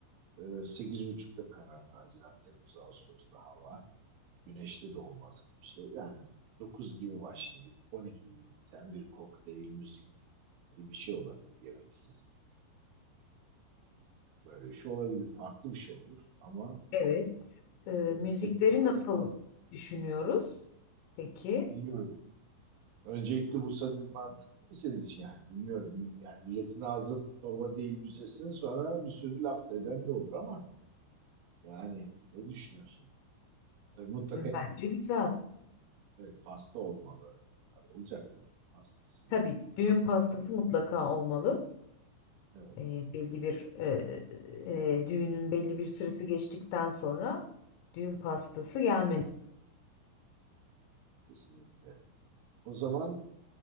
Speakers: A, on the right; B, on the left.
A: Ee, 8.30'da karar Haziran, Temmuz, Ağustos'ta hava. Güneşli de olmaz gibi bir şey. Yani 9 gibi başlayıp 12 gibi biten bir kokteyl müzik gibi bir şey olabilir yemeksiz. Böyle bir şey olabilir. Farklı bir şey olur ama
B: Evet. Ee, müzikleri
A: milletin ağzı
B: nasıl
A: ta-
B: düşünüyoruz? Peki.
A: bilmiyorum. Öncelikle bu sanırım mantıklı mı senin için yani bilmiyorum. Yani milletin ağzı torba değil müzesin sonra bir sürü laf da eden de olur ama yani ne düşünüyorsun? Tabii mutlaka
B: Bence güzel.
A: Evet, pasta olmalı. Tabii Olacak tabii. Pastası
B: Tabii düğün
A: olmaz.
B: pastası mutlaka olmalı.
A: Evet,
B: Ee, belli bir e, e, e, düğünün belli bir süresi geçtikten sonra düğün pastası gelmeli.
A: kesinlikle. O zaman